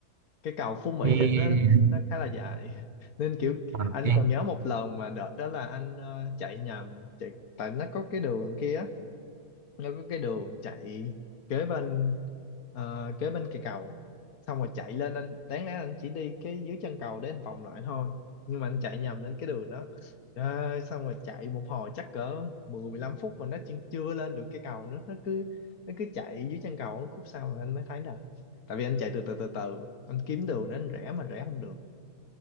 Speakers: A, on the left; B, on the right.
A: cái cầu Phú Mỹ
B: Ê,
A: là nó nó khá là dài <laughs> nên kiểu
B: à,
A: anh
B: ê,
A: còn nhớ một lần mà đợt đó là anh ờ, chạy nhầm chạy tại nó có cái đường kia nó có cái đường chạy kế bên ờ, kế bên cây cầu xong rồi chạy lên anh đáng lẽ anh chỉ đi cái dưới chân cầu để anh vòng lại thôi nhưng mà anh chạy nhầm lên cái đường đó Trời ơi, xong rồi chạy một hồi chắc cỡ mười mười lăm phút mà nó chưa, chưa lên được cây cầu nữa nó cứ nó cứ chạy dưới chân cầu khúc sau rồi anh mới thấy là tại vì anh chạy từ từ từ từ anh kiếm đường để anh rẽ mà rẽ không được